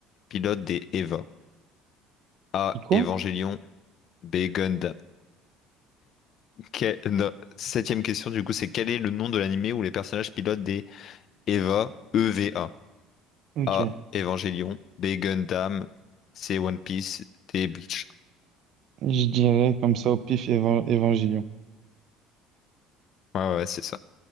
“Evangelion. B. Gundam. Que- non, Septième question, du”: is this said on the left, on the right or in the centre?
Left